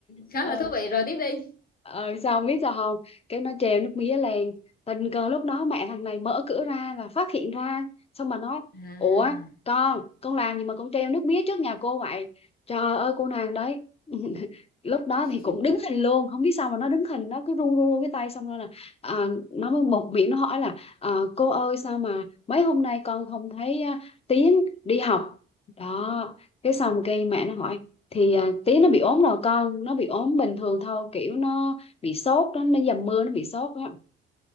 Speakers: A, on the left; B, on the left.
A: khá
B: ờ
A: là thú vị rồi tiếp đi
B: ờ sao không biết sao không cái nó treo nước mía lên tình cờ lúc đó mẹ thằng này mở cửa ra và phát hiện ra xong mà nói
A: à
B: ủa con con làm gì mà con treo nước mía trước nhà cô vậy trời ơi cô nàng đấy <laughs> lúc đó
A: <laughs>
B: thì cũng đứng hình luôn không biết sao mà nó đứng hình nó cứ run run run cái tay xong rồi là à, nó mới một miệng nó hỏi là ờ, cô ơi sao mà mấy hôm nay con không thấy à, Tiến đi học đó cái xong cái mẹ nó hỏi thì à, tí nó bị ốm rồi con nó bị ốm bình thường thôi kiểu nó bị sốt đó nó dầm mưa nó bị sốt á